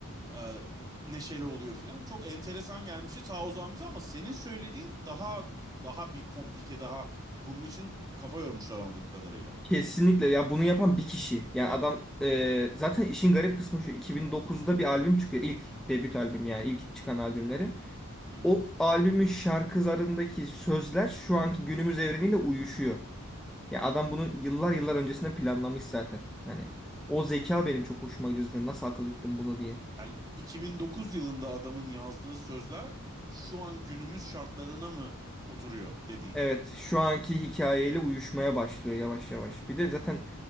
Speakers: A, on the right; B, in the centre.
A: e, neşeli oluyor filan. Çok enteresan gelmişti ta o zaman bize ama senin söylediğin daha daha bir komplike daha bunun için kafa yormuşlar anladığım kadarıyla.
B: Kesinlikle ya bunu yapan bir kişi. Yani adam e, zaten işin garip kısmı şu 2009'da bir albüm çıkıyor. İlk debüt albüm yani ilk çıkan albümleri.
A: Hı hı.
B: o albümün şarkılarındaki sözler şu anki günümüz evreniyle uyuşuyor. Ya adam bunu yıllar yıllar öncesinde planlamış zaten. Hani o zeka benim çok hoşuma gidiyor. zaten. Nasıl akıl ettim bunu diye.
A: Yani 2009 yılında adamın yazdığı sözler şu an günümüz şartlarına mı oturuyor dediğin.
B: Evet, şu anki hikayeyle uyuşmaya başlıyor yavaş yavaş. Bir de zaten